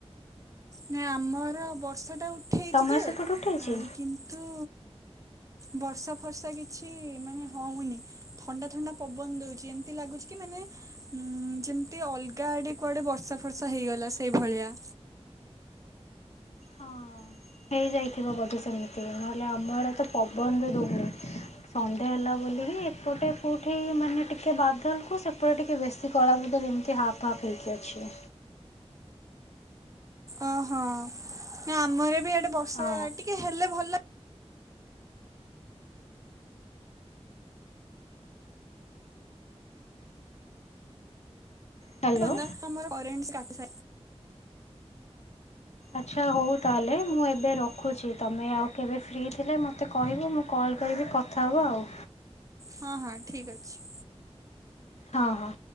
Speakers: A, on the right (about 30°); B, on the left (about 75°).
A: ନା ଆମର ବର୍ଷା ଟା ଉଠେଇଛି
B: ତମର
A: ଯେ
B: ସେପଟେ ଉଠେଇଛି?
A: କିନ୍ତୁ ବର୍ଷା ଫର୍ଷା କିଛି ମାନେ ହଉନି ଥଣ୍ଡା ଥଣ୍ଡା ପବନ ଦଉଛି ଏମିତି ଲାଗୁଛି କି ମାନେ ଉଁ ଯେମତି ଅଲଗା ଆଡେ କୁଆଡେ ବର୍ଷା ଫର୍ଷା ହେଇଗଲା ସେଇଭଳିଆ
B: ହଁ ହେଇଯାଇଥିବ ବୋଧେ ସେମିତି ନହେଲେ ଆମ ଆଡେ ତ ପବନରେ ଦଉନି। ସନ୍ଧ୍ୟା ହେଲା ବୋଲିକି ଏପଟେ କୋଉଠି ମାନେ ଟିକେ ବାଦଲ କୁ ସେପଟେ ଟିକେ ବେଶୀ କଳା ବଦଲ ଏମିତି ତି ହାପ୍ ହାପ୍ ହେଇକି ଅଛି
A: ଓହୋ ନା ଆମର ବି ଆଡେ ବର୍ଷା
B: ହଁ
A: ଟିକେ ହେଲେ ଭଲ
B: ହ୍ୟାଲୋ।
A: ଭଲ ଲାଗନ୍ତା ଆମର କରେଣ୍ଟ କାଟି
B: ଆଚ୍ଛା ହଉ ତାହେଲେ ମୁଁ ଏବେ ରଖୁଛି ତୁମେ ଆଉ କେବେ ଫ୍ରି ଥିଲେ ମୋତେ କହିବ ମୁଁ କଲ୍ କରିବି କଥା ହେବ ଆଉ
A: ହଁ ହଁ ଠିକ୍ ଅଛି
B: ହଁ ହଁ